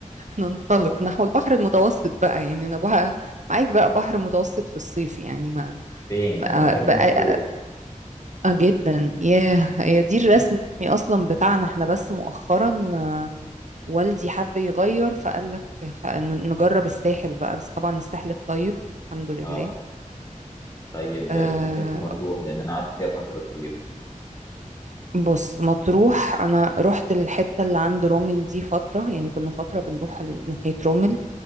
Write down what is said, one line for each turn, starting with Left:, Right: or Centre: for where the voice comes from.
Right: ننطلق
Left: اه
Right: نحو البحر المتوسط بقى يعني انا بقى معاك بقى بحر متوسط في الصيف يعني ما
Left: فين
Right: بقى,
Left: انا بحب
Right: بقى
Left: مطروح
Right: اه جدا ياه هي دي الرسمي اصلا بتاعنا احنا بس مؤخرا آه، والدي حب يغير فقال لك خ- ن- نجرب الساحل بقى بس طبعا الساحل الطيب الحمد لله
Left: اه طيب
Right: آه
Left: بتروح فين في مطروح لان انا قعدت فيها فتره طويله
Right: بص مطروح انا رحت الحتة اللي عند رومل دي فترة يعني كنا فترة بنروح ال- ناحية رومل